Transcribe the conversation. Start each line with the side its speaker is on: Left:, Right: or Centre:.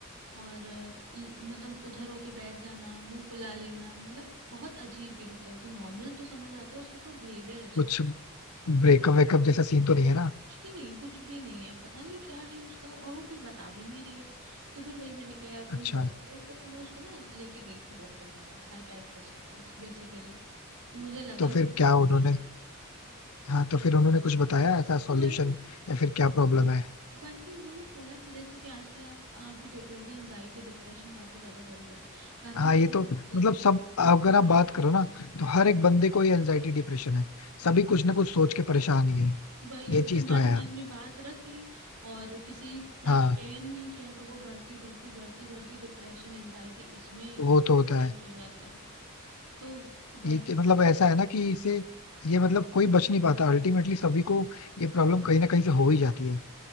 Right: और अ, ल- मतलब उधर होके बैठ जाना मुंह फुला लेना मतलब बहुत अजीब बिहेव करती नॉर्मल तो समझ आता है उसका तो बिहेवियर अजीब
Left: कुछ ब्रेकअप वेकअप जैसा सीन तो नहीं है ना
Right: कुछ भी नहीं कुछ भी नहीं है पता नहीं क्या है उसका और वो कुछ बता भी नहीं रही है तो फिर वही मैंने कहा यार तुम
Left: अच्छा
Right: चलो मेरे साथ तो मैं उसको ना लेके गई थी डॉक्टर के पास साइकाइट्रिस्ट के पास बेसिकली मुझे लगा
Left: तो
Right: कि
Left: फिर
Right: उसको
Left: क्या उन्होंने
Right: नीड है
Left: हाँ तो फिर उन्होंने कुछ बताया ऐसा सॉल्यूशन
Right: तो वही
Left: या फिर क्या प्रॉब्लम है
Right: वही उन्होंने बोला कि जैसे कि आजकल आप आप भी देख रहे हो कि एनजाइटी डिप्रेशन काफी ज्यादा बढ़ गया है काफी
Left: हाँ
Right: ज्यादा
Left: ये
Right: चीजें
Left: तो मतलब
Right: हैं।
Left: सब अगर आप बात करो ना तो हर एक बंदे को ये एंजाइटी डिप्रेशन है सभी कुछ ना कुछ सोच के परेशान ही है
Right: वही अपने
Left: ये चीज
Right: मन
Left: तो है यार
Right: मन में बात रख ली और किसी के साथ
Left: हाँ
Right: शेयर नहीं किया तो वो बढ़ती बढ़ती बढ़ती बढ़ती डिप्रेशन एंजाइटी इसमें
Left: वो तो होता
Right: चेंज
Left: है
Right: हो जाता है तो वही
Left: ये कि- मतलब
Right: सारी
Left: ऐसा है ना कि इसे ये मतलब कोई बच नहीं पाता अल्टीमेटली सभी को ये प्रॉब्लम कहीं ना कहीं से हो ही जाती है